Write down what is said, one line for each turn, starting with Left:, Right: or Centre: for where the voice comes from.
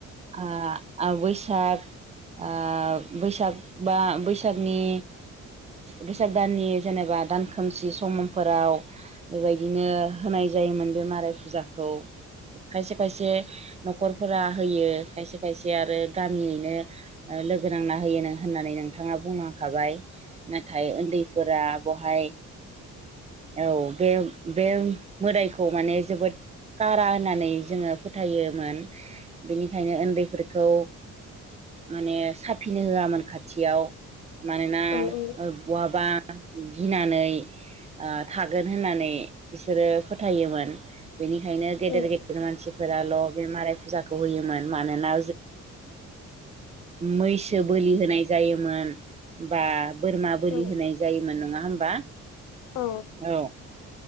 Right: आ बैसाग आ बैसाग बा बैसागनि बैसाग दाननि जेनेबा दान खोमसि समफोराव बेबायदिनो होनाय जायोमोन बे माराय फुजाखौ खायसे खायसे न'खरफोरा होयो खायसे खायसे आरो गामियैनो लोगो नांना होयो होननानै नोंथाङा बुंलांखाबाय नाथाय उन्दैफोरा बेहाय औ बे बे मोदायखौ माने जोबोद गारा होननानै जोङो फोथायोमोन बेनिखायनो उन्दैफोरखौ माने साफ फिनो होआमोन खाथियाव मानोना
Left: औ-औ
Right: ओ बहाबा गिनानै थागोन होननानै बिसोरो फोथायोमोन बेनिखायनो गेदेर
Left: औ
Right: गेदेर मानसिफोराल' बे माराय फुजाखौ होयोमोन मानोना मैसो बोलि होनाय जायोमोन बा बोरमा बोलि
Left: औ
Right: होनाय जायोमोन नङा होमबा
Left: औ
Right: औ